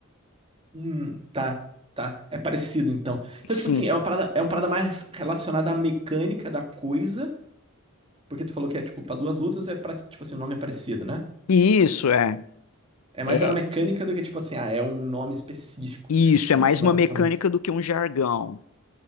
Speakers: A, on the right (about 25°); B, on the left (about 80°).
A: Hum, tá, tá. É parecido, então. Então,
B: Sim.
A: tipo assim, é uma parada, é uma parada mais relacionada à mecânica da coisa. Porque tu falou que é, tipo, pra duas lutas é pra, tipo assim, o nome é parecido, né?
B: E isso é,
A: É mais
B: é
A: a mecânica do que, tipo assim, ah, é um nome específico
B: isso
A: do jiu-jitsu.
B: é mais
A: Não,
B: uma mecânica
A: isso é um
B: do que um jargão.